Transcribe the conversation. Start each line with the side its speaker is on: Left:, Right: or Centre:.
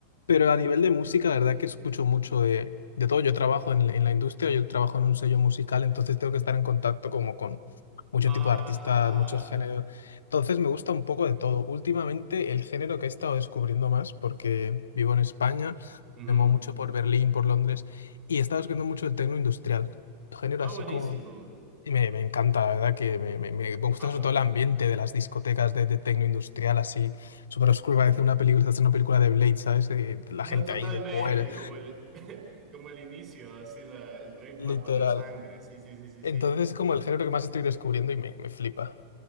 Left: pero a nivel de música la verdad que escucho mucho de, de todo, yo trabajo en, en la industria, yo trabajo en un sello musical, entonces tengo que estar en contacto como con mucho
Right: Ajá.
Left: tipo de artistas, muchos géneros, entonces me gusta un poco
Right: Ok.
Left: de todo. Últimamente el género que he estado descubriendo más, porque vivo en España,
Right: Ujú.
Left: me muevo mucho por Berlín, por Londres y estaba escuchando mucho el techno industrial, género
Right: Ah,
Left: así
Right: buenísimo.
Left: como... Y me, me encanta, la verdad, que me, me- me- me gusta
Right: Amo.
Left: sobre todo el ambiente de las discotecas de, de techno industrial, así súper oscuro, parece una película, es una película de Blade, ¿sabes? Eh, la
Right: No
Left: gente
Right: totalmente,
Left: ahí de coer,
Right: como el, <laughs> como el inicio, así la, el rave
Left: literal.
Right: bajo la sangre. Sí, sí, sí, sí,
Left: Entonces
Right: sí.
Left: es como el género que más estoy descubriendo y me, me flipa.